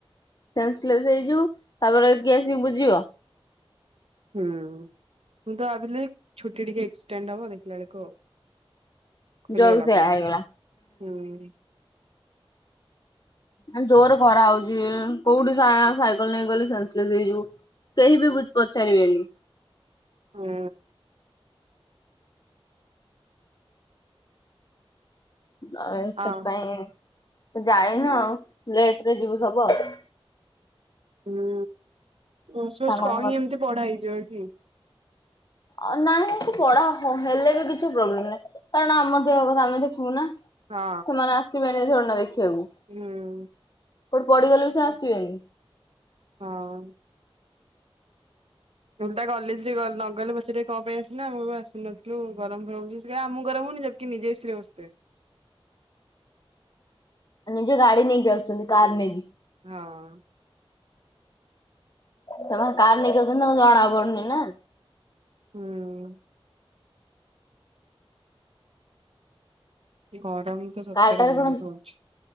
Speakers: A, on the left (about 45°); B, on the right (about 85°).
A: ସେନ୍ସସ୍ଲେଶ୍ ହେଇଯିବୁ ତାପରେ କିଏ ଆସିକି ବୁଝିବ।
B: ହୁଁ ମୁଁ ତ ଭାବିଲି ଛୁଟି ଟିକେ ଏକ୍ସଟେଣ୍ଡ ହବ ଦେଖିଲା ବେଳକୁ ଖୋଲିଗଲା
A: ଜୋକ୍ ସେଇଆ
B: ବହୁତ
A: ହେଇଗଲା
B: ଜଲ୍ଦି ହୁଁ।
A: ଆଉ ଜୋରେ ଖରା ହଉଛି କୋଉଠି ସା ସାଇକେଲ ନେଇକି ଗଲେ ସେନ୍ସସ୍ଲେଶ୍ ହେଇଯିବୁ। କେହି ବି ପଚାରିବେନି।
B: ହୁଁ।
A: ଆଉ ସେଥିପାଇଁ
B: ଆ
A: ଯାଇନୁ ଆଉ ଲେଟ୍ ରେ ଯିବୁ ସବୁ ଆଉ।
B: ହୁଁ ପୋଷ୍ଟ ଫୋଷ୍ଟ
A: ସାଙ୍ଗମାନଙ୍କ
B: କହି ଏମିତି ପଢା ହେଇଯିବ କି?
A: ଅ ନାଇଁ ସେ ପଢା ହ ହେଲେ ବି କିଛି ପ୍ରୋବ୍ଲେମ୍ ନାହିଁ କାରଣ ଆମର ଦେହ କଥା ଆମେ ଦେଖିବୁ ନାଁ।
B: ହଁ
A: ସେମାନେ ଆସିବେନି ଥୋଡିନା ଦେଖିବାକୁ।
B: ହୁଁ।
A: କୋଉଠି ପଡିିଗଲେ ବି ସେ ଆସିବେନି।
B: ହଁ। <inaudible> କଲେଜ ଗଲ ନ ଗଲେ ପଚାରିବେ କଣ ପାଇଁ ଆସିିନ ମୁଁ ବି ଆସୁନଥିଲୁ ଗରମର ରହୁଛି ସିଏ ଆମକୁ ଗରମ ହଉନି ଯେ କି ନିଜେ ଏସି ରେ ବସିଥିବେ।
A: ଆ ନିଜେ ଗାଡି ନେଇକି ଆସୁଛନ୍ତି କାର୍ ନେଇକି।
B: ହଁ।
A: ତମର କାର ନେଇକି ଯାଉଛନ୍ତି ତାଙ୍କୁ ଜଣା ପଡୁନି ନା।
B: ହୁଁ। ଗରମ ତ ସପ୍ତାହରେ
A: କାରଟାରେ
B: ବହୁତ
A: କଣ
B: ହଉଛି।